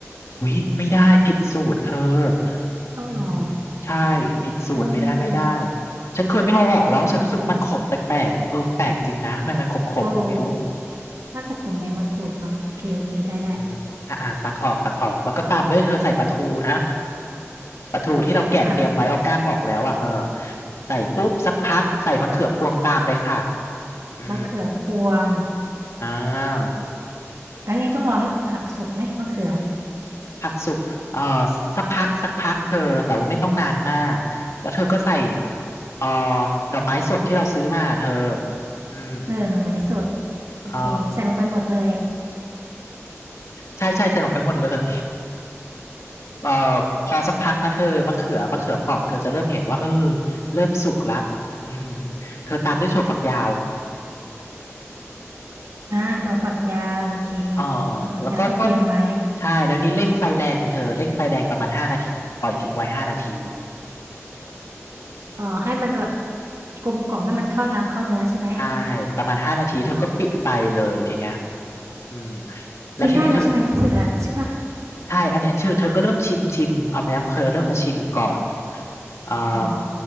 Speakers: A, on the left; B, on the right.
A: อุ๊ยไม่ได้ผิดสูตรเธอ
B: เอาเหรอ
A: อืมใช่ผิดสูตรไม่ได้ไม่ได้
B: อ่า
A: ฉันเคยไม่เอาออกแล้วฉันรู้สึกว่ามันขมแปลกๆเออแปลกจริงนะไม่มันขมๆก็ไม่รู้
B: เออโอเคโอเคโอ้น่าจะขมใบมะกรูดมั้งโอเคโอเคได้ได้
A: เอออ่าอ่าตักออกตักออกแล้วก็ตามด้วยเธอใส่ปลาทูนะปลาทูที่เราแกะเตรียมไว้เอาก้างออกแล้วอ่ะเออ
B: อ่า
A: ใส่ปุ๊บสักพักใส่มะเขือพวงตามเลยค่ะอืม
B: มะเขือพวง
A: อ่า
B: แล้วไงต้องรอให้ผักสุกไหมมะเขือเนี่ย
A: ผักสุกเอ่อสักพักสักพักเธอแต่ว่าไม่ต้องนานมากแล้วเธอก็ใส่เอ่อหน่อไม้สดที่เราซื้อมาเธออืม
B: เออหน่อไม้สดโอเคใส่ลงไปหมดเลย
A: เอ่อใช่ใช่ใส่ลงไปหมดเลยเอ่อพอสักพักนะเธอมะเขือมะเขือเปราะเธอจะเริ่มเห็นว่าเออเริ่มสุกละอืมเธอตามด้วยถั่วฝักยาว
B: อ่าถั่วฝักยาวโอเค
A: เอ่อ
B: ถั่วฝักยาวที่เตรียมไว้
A: แล้วก็ต้มใช่แล้วนี่เร่งไฟแรงเลยเธอเร่งไฟแรงประมาณห้านาทีปล่อยทิ้งไว้ห้านาที
B: อ๋อให้มันแบบกลมกล่อมให้มันเข้าน้ำเข้าเนื้อใช่ไหม
A: ใช่ประมาณห้านาทีเธอก็ปิดไฟเลยทีเนี้ยอืมแล้วทีนี้เธอ
B: กินได้แล้วใช่ไหมเสร็จแล้วใช่ปะ
A: ใช่อันนี้เธอเธอก็เริ่มชิมชิมเอาไหมครับเธอเริ่มมาชิมก่อนอืม
B: อ๋อ